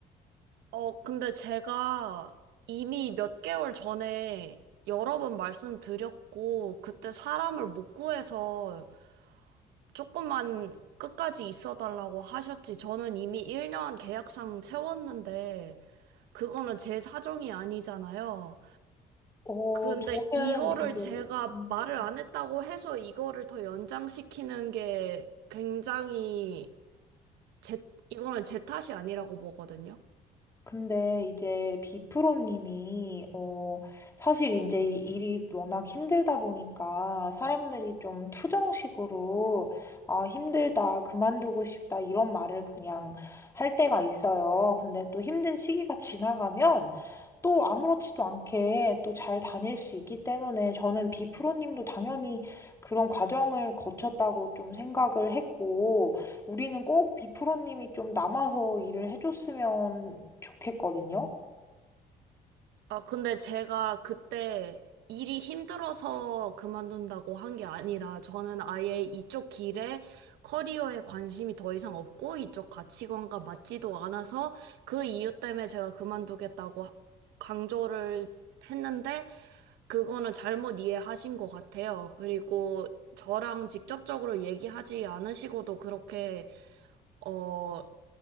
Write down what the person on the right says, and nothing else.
어, 근데 제가 이미 몇 개월 전에 여러 번 말씀드렸고, 그때 사람을 못 구해서 조금만 끝까지 있어달라고 하셨지. 저는 이미 1년 계약상 채웠는데, 그거는 제 사정이 아니잖아요.
근데
이거를
제가
말을 안 했다고 해서 이거를 더 연장시키는 게 굉장히 제, 이거는 제 탓이 아니라고 보거든요.
아, 근데 제가 그때 일이 힘들어서 그만둔다고 한 게 아니라 저는 아예 이쪽 길에 커리어에 관심이 더 이상 없고 이쪽 가치관과 맞지도 않아서 그 이유 때문에 제가 그만두겠다고 강조를 했는데 그거는 잘못 이해하신 것 같아요. 그리고 저랑 직접적으로 얘기하지 않으시고도 그렇게, 어,